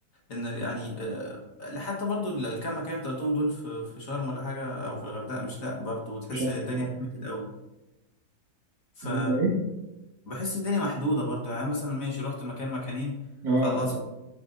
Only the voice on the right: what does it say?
مش اه
الدنيا ايه؟
اه